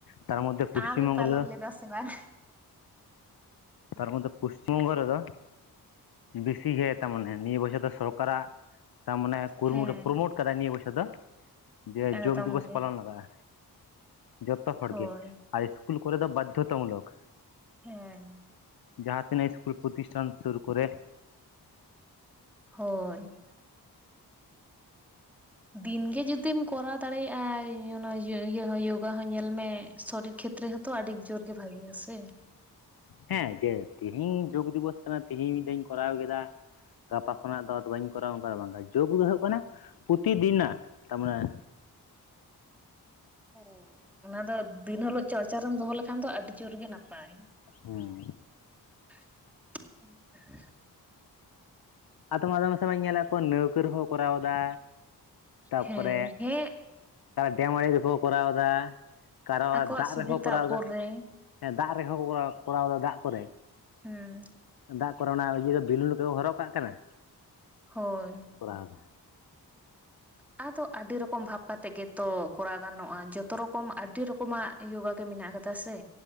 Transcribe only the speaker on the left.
ᱛᱟᱨ ᱢᱚᱫᱽᱷᱮ ᱯᱚᱥᱪᱤᱢ
ᱵᱚᱝᱜᱚ
ᱨᱮᱫᱚ
ᱛᱟᱨ ᱢᱚᱫᱽᱫᱷᱮ ᱯᱚᱥᱪᱤᱢ ᱵᱚᱝᱜᱚ ᱨᱮᱫᱚ ᱵᱮᱥᱤ ᱜᱮ ᱛᱟ ᱢᱟᱱᱮ ᱱᱤᱭᱟᱹ ᱵᱚᱪᱷᱚᱨ ᱫᱚ ᱥᱚᱨᱠᱟᱨᱟᱜ ᱛᱟᱨ ᱢᱟᱱᱮ ᱠᱩᱨᱩᱢᱩᱴᱩ
ᱯᱨᱚᱢᱳᱴ ᱠᱟᱫᱟᱭ ᱱᱤᱭᱟᱹ ᱵᱚᱨᱥᱚ ᱫᱚ ᱡᱮ
ᱡᱳᱜᱽ ᱫᱤᱵᱚᱥ
ᱯᱟᱞᱚᱱ ᱞᱟᱜᱟᱜᱼᱟ ᱡᱚᱛᱚ ᱦᱚᱲᱜᱮ
ᱟᱨ ᱤᱥᱠᱩᱞ ᱠᱚᱨᱮ ᱫᱚ ᱵᱟᱫᱽᱫᱷᱚᱛᱟᱢᱩᱞᱚᱠ᱾
ᱡᱟᱦᱟᱸ ᱛᱤᱱᱟᱹᱜ ᱤᱥᱠᱩᱞ ᱯᱨᱚᱛᱤᱥᱴᱷᱟᱱ ᱥᱩᱨ ᱠᱚᱨᱮ
ᱦᱮᱸ ᱡᱮ ᱛᱮᱦᱤᱧ ᱡᱳᱜᱽ ᱫᱤᱵᱚᱥ ᱠᱟᱱᱟ ᱛᱮᱦᱤᱧ ᱢᱤᱫ ᱫᱷᱟᱣ ᱤᱧ ᱠᱚᱨᱟᱣ ᱠᱮᱫᱟ ᱜᱟᱯᱟ ᱠᱷᱚᱱᱟᱜ ᱫᱚᱫᱚ ᱵᱟᱹᱧ ᱠᱚᱨᱟᱣᱟ ᱚᱱᱠᱟ ᱫᱚ ᱵᱟᱝ ᱡᱳᱜᱽ ᱫᱚ ᱦᱩᱭᱩᱜ ᱠᱟᱱᱟ ᱯᱨᱚᱛᱤᱤᱫᱤᱱᱟᱜ ᱛᱟᱨᱢᱟᱱᱮ
ᱦᱩᱸ᱾
ᱟᱫᱚ ᱢᱟ ᱟᱫᱚᱢᱟᱥᱮ ᱢᱟ. ᱧ ᱧᱮᱞᱮᱫ ᱠᱚᱣᱟ ᱱᱟᱹᱣᱠᱟᱹ ᱨᱮᱦᱚᱸ ᱠᱚᱨᱟᱣ ᱮᱫᱟ᱾ ᱛᱟᱯᱚᱨᱮ
ᱰᱮᱢ ᱟᱲᱮ ᱜᱮᱠᱚ ᱠᱚᱨᱟᱣ ᱮᱫᱟ᱾ ᱠᱟᱨᱣᱟ
ᱫᱟᱜ
ᱨᱮᱠᱚ ᱠᱚᱨᱟᱣᱫᱟ
ᱦᱮᱸ ᱫᱟᱜ ᱨᱮᱦᱚᱸ ᱠᱚ ᱠᱚᱨᱟᱣᱫᱟ ᱫᱟᱜ ᱠᱚᱨᱮ᱾
ᱫᱟᱜ ᱠᱚᱨᱮ ᱚᱱᱟ ᱤᱭᱟᱹ ᱵᱤᱞᱩᱱ ᱠᱚ ᱦᱚᱨᱚᱜ ᱠᱟᱜ ᱠᱟᱱᱟ᱾
ᱟᱨ ᱠᱚ ᱠᱚᱨᱟᱣᱫᱟ᱾